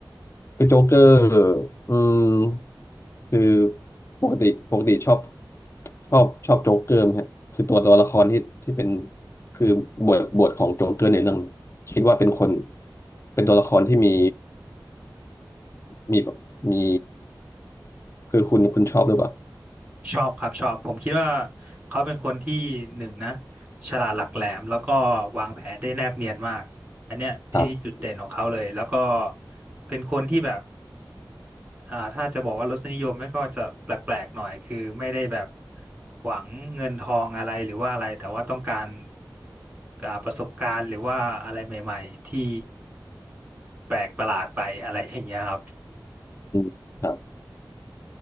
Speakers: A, on the left; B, on the right.
A: คือโจ๊กเกอร์อืมคือปกติปกติชอบชอบชอบโจ๊กเกอร์ไหมฮะคือตัวตัวละครที่ที่เป็นคือบทบทของโจ๊กเกอร์ในเรื่องนี้คิดว่าเป็นคนเป็นตัวละครที่มีมีแบบมีคือคุณคุณชอบหรือเปล่า
B: ชอบครับชอบผมคิดว่าเขาเป็นคนที่หนึ่งนะฉลาดหลักแหลมแล้วก็วางแผนได้แนบเนียนมากอันเนี้ยที่ที่จุดเด่นของเขาเลยแล้วก็
A: ครับ
B: เป็นคนที่แบบอ่าถ้าจะบอกว่ารสนิยมไม่ก็จะแปลกๆหน่อยคือไม่ได้แบบหวังเงินทองอะไรหรือว่าอะไรแต่ว่าต้องการอ่าประสบการณ์หรือว่าอะไรใหม่ๆที่แปลกประหลาดไปอะไรอย่างเงี้ยครับ
A: อืมครับ